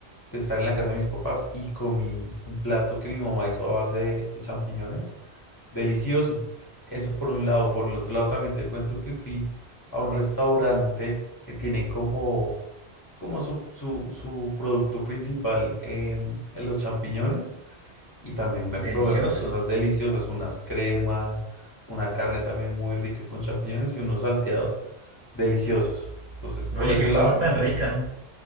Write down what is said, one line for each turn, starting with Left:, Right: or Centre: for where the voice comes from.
Left: de estar en la casa de mis papás y comí un plato que mi mamá hizo a base de, de champiñones. Delicioso. Eso por un lado. Por el otro lado también te cuento que fui a un restaurante que tiene como, como su, su, su producto principal em, los champiñones y también me
Right: Delicioso.
Left: probé unas cosas deliciosas, unas cremas, una carne también muy rica con champiñones y unos salteados deliciosos. Entonces, por
Right: Oye,
Left: ese
Right: qué
Left: lado,
Right: cosa tan
Left: no hay
Right: rica.
Left: rollo.